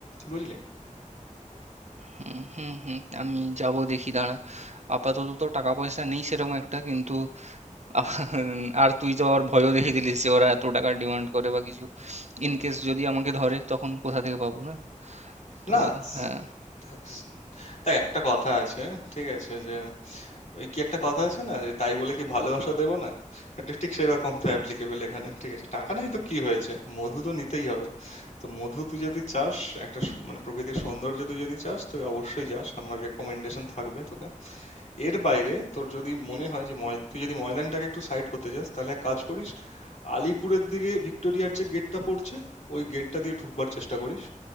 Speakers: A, on the left; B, on the right.
A: বুঝলি
B: হুম হুম হুম আমি যাব দেখি দাঁড়া আপাতত তো টাকা পয়সা নেই সেরকম একটা কিন্তু <laughs> আহ, আর তুই তো আবার ভয়ও দেখিয়ে দিলিস যে ওরা এত টাকা ডিমান্ড করে বা কিছু ইন কেস যদি আমাকে ধরে তখন কোথা থেকে পাবো না তো
A: না
B: হ্যাঁ
A: দেখ দেখ, একটা কথা আছে ঠিক আছে যে ওই কি একটা কথা আছে না যে তাই বলে কি ভালোবাসা দেবো না এটা ঠিক সেরকম তো অ্যাপ্লিকেবল এখানে ঠিক আছে টাকা নাই তো কি হয়েছে মধু তো নিতেই হবে তো মধু তুই যদি চাস একটা সু- মানে প্রকৃতির সৌন্দর্য তুই যদি চাস তুই অবশ্যই যাস আমার রেকমেন্ডেশন থাকবে তোকে এর বাইরে তোর যদি মনে হয় যে ময়- তুই যদি ময়দানটাকে একটু সাইড করতে চাস তাহলে এক কাজ করিস আলিপুরের দিকে ভিক্টোরিয়ার যে গেটটা পড়ছে ওই গেটটা দিয়ে ঢুকবার চেষ্টা করিস